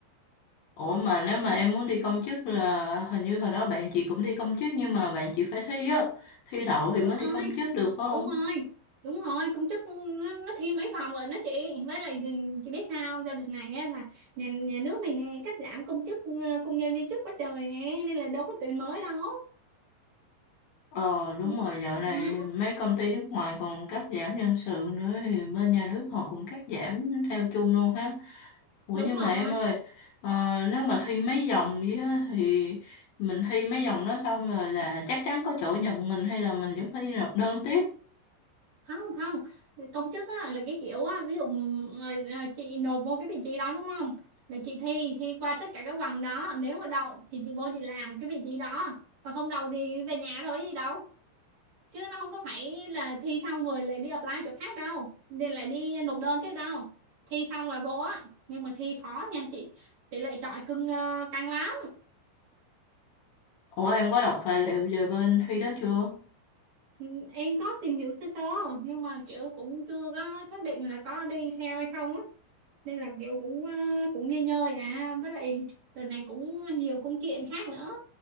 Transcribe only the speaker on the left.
Ủa mà nếu mà em muốn đi công chức là hình như hồi đó bạn chị cũng đi công chức nhưng mà bạn chị phải thi á, thi đậu thì
mới đi
công chức được phải không?
Ờ đúng
rồi,
dạo này
mấy công ty nước ngoài còn cắt giảm nhân sự nữa thì bên nhà nước họ cũng cắt giảm theo chung luôn ha. Ủa
nhưng
mà em ơi, ờ, nếu mà thi mấy vòng vậy á, thì mình thi mấy vòng đó xong rồi là chắc chắn có chỗ nhận mình hay là mình vẫn phải đi nộp đơn tiếp?
Ủa em có đọc tài liệu về bên thi đó chưa?